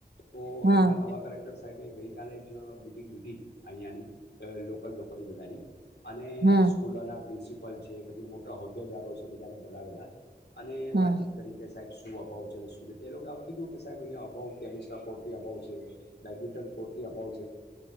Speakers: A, on the left; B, on the right.
A: તો
B: હમ
A: હમણાં નવા કેરેક્ટર સાહેબે ગઈકાલે જ મિટિંગ લીધી અહીંયાની લોકલ લોકલ લોકો ની બધાની અને
B: હમ
A: સ્કૂલોના પ્રિન્સિપલ છે પછી મોટા હોદ્દેગારો છે શી બધાને બોલાવેેલા અને
B: હમ
A: વાતચીત કરી કે સાહેબ શું અભાવ છે, શું એ લોકો કીધું કે સાબ એ અભાવ ટેનિસ ના કોર્ટની અભાવ છે, બેડમિન્ટન કોર્ટની અભાવ છે.